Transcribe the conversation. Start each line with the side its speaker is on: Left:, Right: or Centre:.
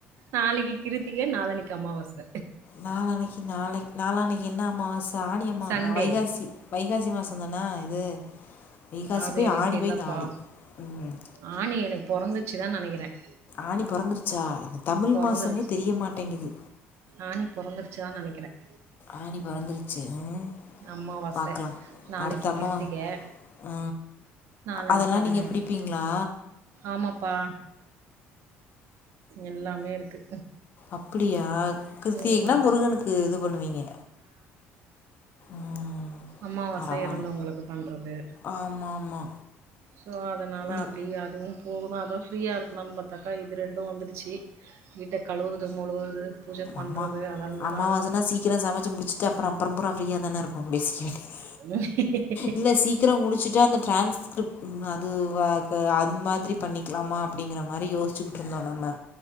Right: நாளைக்கு கிருத்திக நாளனைக்கு அமாவாசை
Left: நாளான்னக்கி நாளை நாளான்னைகு நாள என்ன அம்மாவச ஆணி அம்மா
Right: சண்டே
Left: வைகாசி வைகாசி மாச ந்தனா இது வைகாசி
Right: அது
Left: போய்
Right: எனக்கு
Left: ஆனி
Right: தெரியலப்பா.
Left: போய் ஆடி ம்
Right: ஆணி எனக்கு பொறந்துச்சு தான் நெனைக்கிறேன்.
Left: ஆனி பொறந்தருச்சா தமிழ்
Right: பொறந்துடுச்சு.
Left: மாசமே தெரிய மாட்டேங்குது
Right: ஆணி பொறந்துடுச்சு தான் நெனைக்கிறேன்.
Left: ஆனி பொறந்துரு ச்சு சரி
Right: அமாவாசை.
Left: பாக்கலா
Right: நாளைக்கு
Left: அடுத்தம்மா
Right: கிருத்திகை,
Left: ஆ
Right: நாளான்னைக்கு
Left: அதெல்லா
Right: அமாவாசை.
Left: நீங்க பிடிப்பீங்களா
Right: ஆமாப்பா. எல்லாமே இருக்கு
Left: அப்படியா கிருத்திகைக்குனா
Right: ம்
Left: முருகனுக்கு இது பண்ணுவீங்க ம்
Right: அமாவாசை
Left: பரவால்ல
Right: இறந்தவங்களுக்கு பண்றது
Left: ஆமா ஆமா
Right: சோ அதனால
Left: நீ
Right: அப்படியே அதுவு போகனு அதா ஃப்ரீயா இருக்கலாம்னு பாத்தாக்கா இது ரெண்டு வந்துடுச்சு வீட்ட கழுவுறது மொழுவுறது பூஜ
Left: நம்ம
Right: பண்றது
Left: அம்மா
Right: அதெல்லா
Left: அமாவாசனா சீக்கிர சமைச்சு முடிச்சுட்டு அப்பறம் அப்புறம்பற ஃப்ரீயா தான இருக்கு பேசிக்கவேண்டியது
Right: இருக்கு
Left: இல்ல சீக்கிர முடிச்சுட்டா அந்த ட்ரான்ஸ்கிரிப்ட் ம் அது வ அது அந்த மாதிரி பண்ணிக்கலாமா அப்படிங்கிற மாதிரி யோசிச்சுக்கிட்ருந்தோ நம்ம